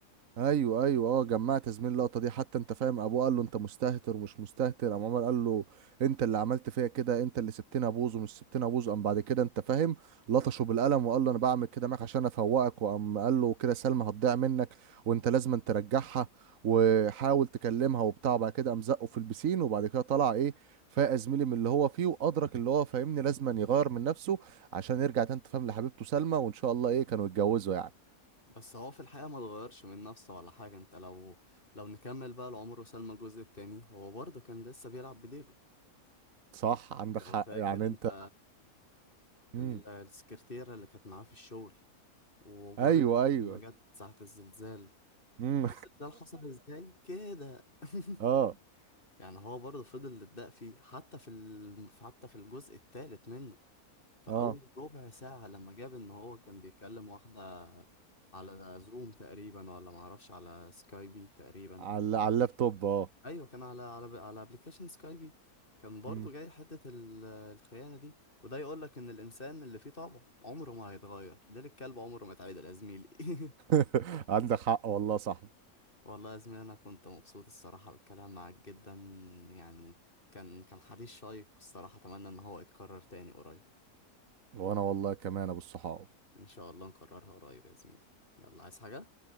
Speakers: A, on the right; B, on the left.
A: ايوه ايوه اه جمعت زميل اللقطه دي حتى انت فاهم ابوه قال له انت مستهتر ومش مستهتر قام عمر قال له انت اللي عملت فيا كده انت اللي سبتني ابوظ ومش سبتني ابوظ قام بعد كده انت فاهم لطشه بالقلم وقال له انا بعمل كده معاك عشان افوقك وقام قال له كده سلمى هتضيع منك وانت لازم ترجعها وحاول تكلمها وبتاع بعد كده قام زقه في البسين وبعد كده طلع ايه فاق زميلي من اللي هو فيه وادرك اللي هو فاهمني لازم يغير من نفسه عشان يرجع تاني أنت فاهم لحبيبته سلمى وان شاء الله ايه كانوا يتجوزوا يعني
B: بس هو في الحقيقه ما اتغيرش من نفسه ولا حاجه انت لو لو نكمل بقى لعمر وسلمى الجزء التاني هو برضه كان لسه بيلعب بديله
A: صح عندك
B: لو
A: حق
B: فاكر
A: يعني
B: انت
A: انت امم
B: ال- السكرتيرة اللي كانت معاه في الشغل وجارته
A: ايوه ايوه
B: لما جت ساعة الزلزال
A: امم
B: هو الزلزال حصل ازاي كده <laughs>
A: <laughs> اه
B: يعني هو برضه فضل يتدق فيه حتى في ال... حتى في الجزء الثالث منه في أول
A: اه
B: ربع ساعة لما جاب إن هو كان بيكلم واحدة على زوم تقريبا ولا معرفش على سكايبي تقريبا
A: على على اللابتوب اه
B: أيوة كان على على على أبلكيشن سكايبي كان برضه
A: مم.
B: جاي حتة ال- الخيانة دي وده يقولك إن الإنسان اللي فيه طبع عمره ما هيتغير ديل الكلب عمره ما اتعدل يا زميلي <laughs>
A: <laughs> عندك حق والله صح
B: والله يا زميلي انا كنت مبسوط الصراحه بالكلام معاك جدا يعني كان كان حديث شيق والصراحه اتمنى ان هو يتكرر تاني قريب
A: وانا والله كمان ابو الصحاب
B: ان شاء الله نكررها قريب يا زميلي يلا عايز حاجه